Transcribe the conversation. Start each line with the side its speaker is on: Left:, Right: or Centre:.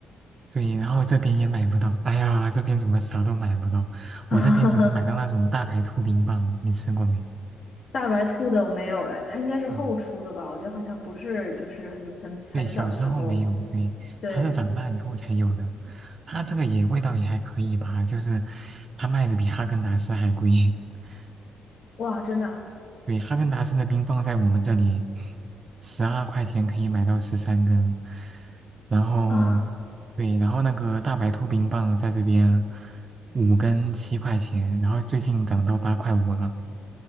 Right: 对，然后这边也买不到，哎呀，这边怎么啥都买不到？我这边只能买到那种大白兔冰棒，
Left: <laughs>
Right: 你吃过没？
Left: 大白兔的我没有哎，它应该是后出的吧？
Right: 嗯。
Left: 我觉得好像不是，就是很很很小的时候
Right: 对，小时候没有，对，
Left: 对，
Right: 它是长大以后才有的。它这个也味道也还可以吧，就是它卖的比哈根达斯还贵。<laughs>
Left: 哇，真的
Right: 对，哈根达斯的冰棒在我们这里十二块钱可以买到十三根，然后
Left: 啊，
Right: 对，然后那个大白兔冰棒在这边五根七块钱，然后最近涨到八块五了。